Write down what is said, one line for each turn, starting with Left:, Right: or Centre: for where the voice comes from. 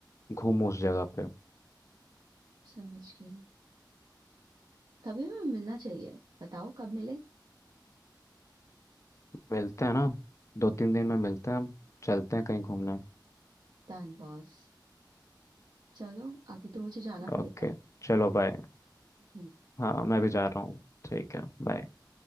Left: घूमूं उस जगह पे
Right: समझ गई कभी हमें मिलना चाहिए बताओ कब मिले
Left: मिलते हैं ना दो तीन दिन में मिलते हैं हम चलते हैं कहीं घूमने
Right: Done boss चलो अभी तो मुझे जाना पड़ेगा
Left: ओके चलो बाय
Right: हम्म
Left: हाँ मैं भी जा रहा हूँ ठीक है बाय